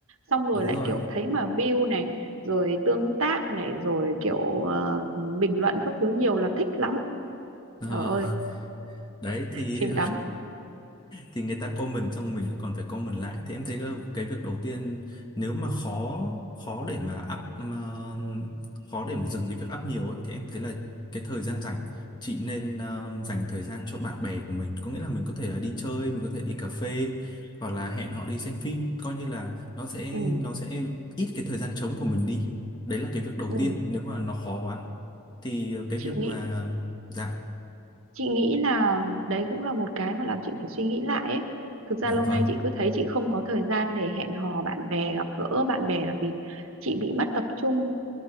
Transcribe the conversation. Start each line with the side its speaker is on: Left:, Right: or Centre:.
Right: xong rồi
Left: đúng
Right: lại
Left: rồi
Right: kiểu thấy mà view này rồi tương tác này rồi kiểu ờ, bình luận các thứ nhiều là thích lắm
Left: Ờ,
Right: trời ơi
Left: đấy thì
Right: chìm đắm
Left: thì người ta comment xong mình lại còn phải comment lại thì em thấy là cái việc đầu tiên nếu mà khó khó để mà up mà khó để mà dừng cái việc up nhiều ấy, thì em thấy là cái thời gian rảnh chị nên ờ, dành thời gian cho bạn bè của mình có nghĩa là mình có thể là đi chơi mình có thể đi cà phê hoặc là hẹn họ đi xem phim coi như là nó sẽ
Right: ừ,
Left: nó sẽ ít cái thời gian trống của mình đi đấy là cái việc đầu
Right: ừ.
Left: tiên nếu mà nó khó quá thì ờ, cái
Right: chị
Left: việc
Right: nghĩ
Left: mà dạ
Right: chị nghĩ là đấy cũng là một cái mà làm chị phải suy nghĩ lại ấy thực ra
Left: dạ
Right: lâu
Left: vâng
Right: nay chị cứ thấy chị không có thời gian để hẹn hò bạn bè gặp gỡ bạn bè là vì chị bị mất tập trung